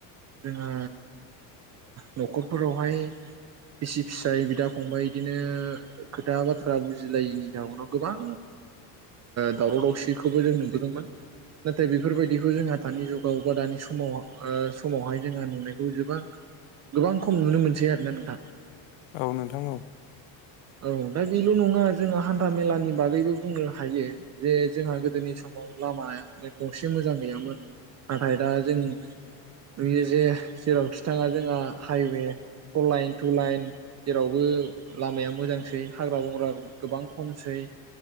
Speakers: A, on the right; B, on the left.
A: जोंहा न'खरफोरावहाय बिसि फिसाय बिदा फंबाय बिदिनो खोथा बाथ्रा बुजिलायिनि जाउनाव गोबां दावराव दावसिखौबो जों नुबोदोंमोन नाथाय बेफोरबायदि खौ जोंहा दानि जुगाव बा दानि समाव ओ समावहाय जोंहा नुनायखौ जोबां-गोबां खम नुनो मोनसै आरोना नोंथां ।
B: औ नोंथां औ
A: औ दा बेल' नङा जोंहा हान्था मेलानि बागैबो बुंनो हायो जे जोंहा गोदोनि समाव लामा गंसे मोजां गैयामोन नाथाय दा जों नुयो जे जेरावखि थाङा जोंहा highway four line two line जेरावबो लामाया मोजांसै हाग्रा बंग्रा गोबां खमसै